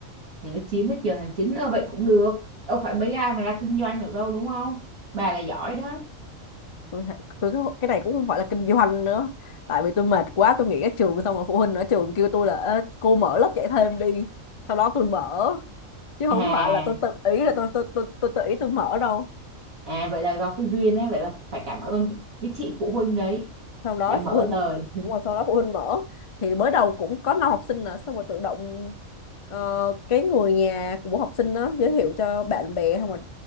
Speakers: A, on the right; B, on the left.
A: thì nó chiếm hết giờ hành chính. Ờ vậy cũng được. Đâu phải mấy ai mà ra kinh doanh được đâu đúng không? Bà là giỏi đó.
B: tôi, tôi cái, cái này cũng không phải là kinh doanh nữa tại vì tôi mệt quá tôi nghỉ ở trường xong rồi phụ huynh ở trường kêu tôi là Ê, cô mở lớp dạy thêm đi sau đó tôi mở chứ không
A: À
B: phải là tôi tự ý là tôi tôi tôi tôi tự ý tôi mở đâu
A: à vậy là do cái duyên ấy vậy là phải cảm ơn cái, cái chị phụ huynh đấy
B: sau đó
A: đã mở
B: phụ huynh
A: lời
B: đúng rồi sau đó phụ huynh mở thì mới đầu cũng có năm học sinh nè xong rồi tự động ờ, cái người nhà của học sinh đó giới thiệu cho bạn bè không rồi